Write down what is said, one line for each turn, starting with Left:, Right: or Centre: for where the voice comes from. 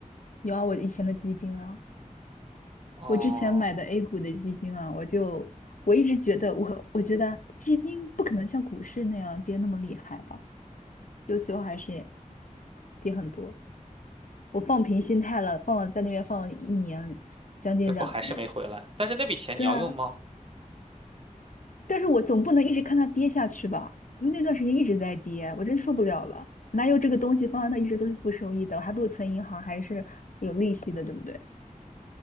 Left: 有啊，我以前的基金啊，
Right: 哦，
Left: 我之前买的 A 股的基金啊，我就我一直觉得我我觉得基金不可能像股市那样跌那么厉害吧，就最后还是跌很多。我放平心态了，放了在那边放了一年，将近两年。
Right: 结果还是没回来。但是那笔钱你要用吗？
Left: 对啊，但是我总不能一直看它跌下去吧？因为那段时间一直在跌，我真受不了了。哪有这个东西放在那一直都是负收益的？我还不如存银行，还是有利息的，对不对？